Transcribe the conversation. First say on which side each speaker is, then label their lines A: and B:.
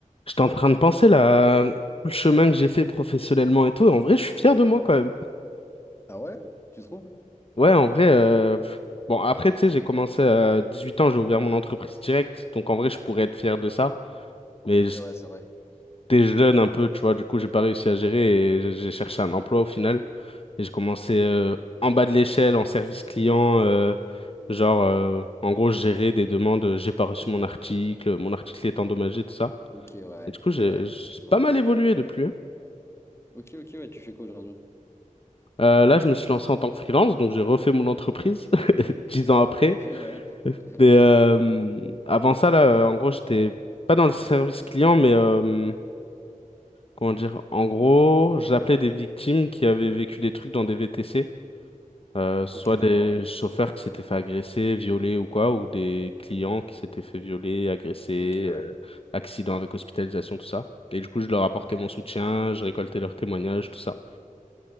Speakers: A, on the left; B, on the left.
A: J'étais en train de penser là, tout le chemin que j'ai fait professionnellement et tout, et en vrai, je suis fier de moi quand même.
B: Ah ouais? Tu trouves?
A: Ouais, en vrai, euh, pff, bon, après, tu sais, j'ai commencé à 18 ans, j'ai ouvert mon entreprise directe, donc en vrai, je pourrais être fier de ça. Mais
B: Ok, ouais, c'est vrai.
A: j'étais jeune un peu, tu vois, du coup, j'ai pas réussi à gérer et j'ai j'ai cherché un emploi au final. Et j'ai commencé euh, en bas de l'échelle, en service client, euh, genre, euh, en gros, je gérais des demandes, euh, j'ai pas reçu mon article, mon article est endommagé, tout ça.
B: Ok, ouais,
A: Et du coup, j'ai
B: ouais.
A: j'ai
B: Donc,
A: pas mal
B: euh,
A: évolué depuis. hein.
B: ok, ok, ouais, tu fais quoi aujourd'hui?
A: Euh, là, je me suis lancé en tant que freelance, donc j'ai refait mon entreprise <laughs> dix ans après.
B: Ok, ouais. <laughs>
A: Mais euh, avant ça, là, euh, en gros, j'étais pas dans le service client, mais euh, comment dire, en gros, j'appelais des victimes qui avaient vécu des trucs dans des VTC, euh, soit
B: Ok, d'accord,
A: des
B: ouais.
A: chauffeurs qui s'étaient fait agresser, violer ou quoi, ou des clients qui s'étaient fait violer, agresser,
B: Ok, ouais.
A: euh, accident avec hospitalisation, tout ça. Et du coup, je leur apportais
B: Ok.
A: mon soutien, je récoltais leurs témoignages, tout ça.